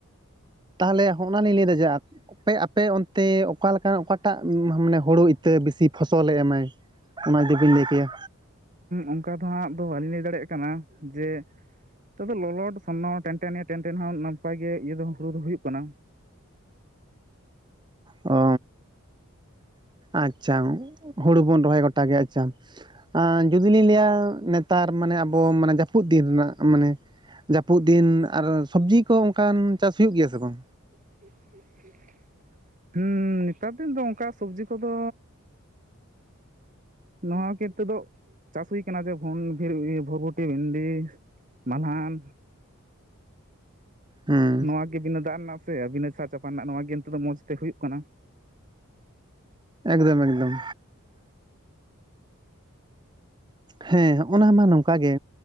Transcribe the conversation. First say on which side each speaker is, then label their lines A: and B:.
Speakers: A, on the right; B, on the right.
A: ᱛᱟᱦᱚᱞᱮ ᱦᱚᱸᱜᱱᱟ ᱞᱤᱧ ᱞᱟᱹᱭ ᱮᱫᱟ ᱡᱟᱠ ᱯᱮ ᱟᱯᱮ ᱚᱱᱛᱮ ᱚᱠᱟᱠᱟᱱ ᱚᱠᱟᱴᱟᱜ ᱢᱟᱱᱮ ᱦᱳᱲᱳ ᱤᱛᱟᱹ ᱵᱮᱥᱤ ᱯᱷᱚᱥᱚᱞᱮ ᱮᱢᱟᱭ? ᱚᱱᱟ ᱫᱚ ᱵᱟᱝ ᱞᱟᱹᱭ ᱠᱮᱭᱟ᱾
B: ᱚᱱᱠᱟ ᱫᱚ ᱦᱟᱸᱜ ᱫᱚ ᱵᱟᱹᱞᱤᱧ ᱞᱟᱹᱭ ᱫᱟᱲᱮᱭᱟᱜ ᱠᱟᱱᱟ ᱡᱮ ᱛᱚ ᱞᱚᱞᱚᱴ ᱥᱚᱱᱱᱚ ᱴᱮᱱᱴ ᱱᱤᱭᱟᱹ ᱴᱮᱱᱴᱮᱱ ᱦᱚᱸ ᱱᱟᱯᱟᱭ ᱜᱮ ᱤᱭᱟᱹ ᱫᱚ ᱦᱩᱲᱩ ᱫᱚ ᱦᱩᱭᱩᱜ ᱠᱟᱱᱟ᱾
A: ᱚ ᱟᱪᱪᱷᱟ ᱦᱩᱲᱩ ᱵᱚᱱ ᱨᱚᱦᱚᱭ ᱜᱚᱴᱟ ᱜᱮ ᱟᱪᱪᱷᱟ᱾ ᱡᱩᱫᱤ ᱞᱤᱧ ᱞᱟᱹᱭᱟ ᱱᱮᱛᱟᱨ ᱢᱟᱱᱮ ᱟᱵᱚ ᱢᱟᱱᱮ ᱡᱟᱹᱯᱩᱫ ᱫᱤᱱ ᱨᱮᱱᱟᱜ ᱢᱟᱱᱮ᱾ ᱡᱟᱹᱯᱩᱫ ᱫᱤᱱ ᱟᱨ ᱥᱚᱵᱽᱡᱤ ᱠᱚ ᱚᱱᱠᱟᱱ ᱪᱟᱥ ᱦᱩᱭᱩᱜ ᱜᱮᱭᱟ ᱥᱮ ᱵᱟᱝ?
B: <inaudible> ᱦᱮᱸ ᱱᱮᱛᱟᱨ ᱫᱤᱱ ᱫᱚ ᱚᱱᱠᱟ ᱥᱚᱵᱡᱤ ᱠᱚᱫᱚ <unintelligible> ᱪᱟᱥ ᱦᱩᱭ ᱠᱟᱱᱟ ᱡᱮ ᱵᱷ ᱵᱷᱚᱨᱵᱷᱴᱤ, ᱵᱷᱤᱱᱰᱤ, ᱢᱟᱞᱦᱟᱱ,
A: ᱦᱮᱸ
B: ᱱᱚᱣᱟ ᱜᱮ ᱵᱤᱱᱟᱹ ᱫᱟᱜ ᱮᱢᱟᱜ ᱟᱥᱮ ᱵᱤᱱᱟᱹ ᱥᱟ ᱪᱟᱯᱟᱱ ᱨᱮᱱᱟᱜ ᱱᱚᱣᱟ ᱜᱮ ᱱᱤᱛᱳᱜ ᱫᱚ ᱢᱚᱸᱡᱽ ᱛᱮ ᱦᱩᱭᱩᱜ ᱠᱟᱱᱟ᱾
A: ᱮᱠᱫᱚᱢ ᱮᱠᱫᱚᱢ᱾ ᱦᱮᱸ ᱦᱚᱜ ᱱᱟ ᱢᱟ ᱱᱚᱝᱠᱟ ᱜᱮ